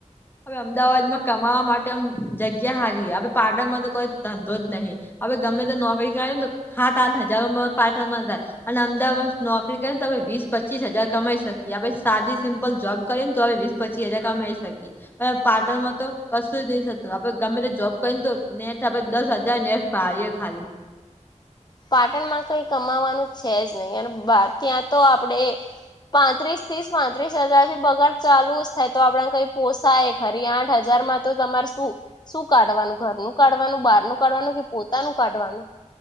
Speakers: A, on the left; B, on the left.
A: હવે અમદાવાદમાં કમાવા માટે જગ્યા હારી હ, પાટણમાં તો કોઈ ધંધો જ નહીં. હવે ગમે તો નોકરી કરે ને, તો હાથ આ હજારમાં પાર્ટનમાં થાય. અને અમદાવાદમાં નોકરી કરીને તો હ વીસ-પચીસ હજાર કમાઈ શકીએ. આપ સાદી સિમ્પલ જોબ કરીએ ને તો. પચીસ હજાર કમાઈ શકીએ. પણ પાટણમાં તો કશું જ નહી થતું. આપડે ગમે તે જોબ કરીને તો ને આપે દસ હજાર ને. પાડીએ ખાલી.
B: પાટણમાં કઈ કમાવાનું છે જ નહીં, અને બહાર ત્યાં તો આપણેે પાંત્રીસ થીસ પાંત્રીસ હજાર થી બગાર ચાલુ જ થાય તો આપડ કઈ પોસાય ફરી આઠ હજારમાં તો તમાર શું શું કાઢવાનું ઘરનું કાઢવાનું બહારનું કાઢવાનું કે પોતાનું કાઢવાનું